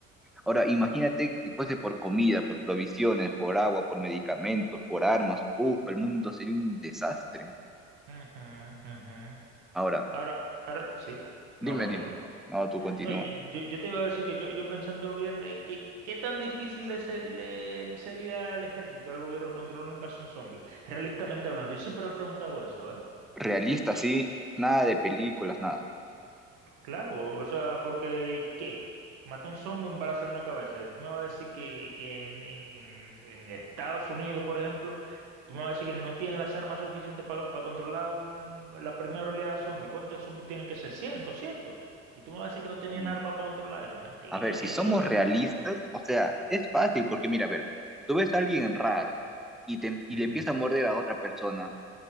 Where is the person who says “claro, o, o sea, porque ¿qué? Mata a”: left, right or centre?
Right